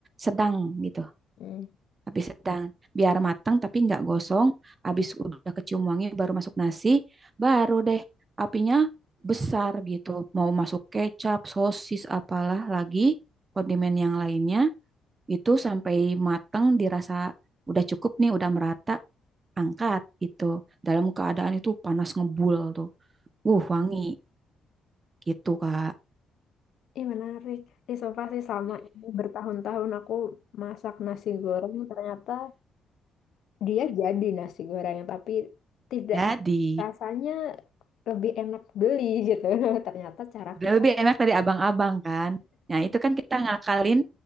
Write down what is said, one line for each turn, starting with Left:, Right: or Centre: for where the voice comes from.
Right: sedang gitu
Left: Hmm.
Right: api sedang biar matang tapi nggak gosong habis udah kecium wangi baru masuk nasi baru deh apinya besar gitu mau masuk kecap sosis apalah lagi kondimen yang lainnya itu sampai matang dirasa udah cukup nih udah merata angkat gitu dalam keadaan itu panas ngebul tuh wuh wangi gitu kak
Left: Ih menarik. Ih sumpah sih sama ini bertahun-tahun aku masak nasi goreng ternyata Dia jadi nasi gorengnya tapi tidak
Right: <laughs> jadi
Left: rasanya lebih enak beli gitu. <laughs> Ternyata cara
Right: Dia
Left: kesel.
Right: lebih enak dari abang-abang kan. Nah, itu kan kita ngakalin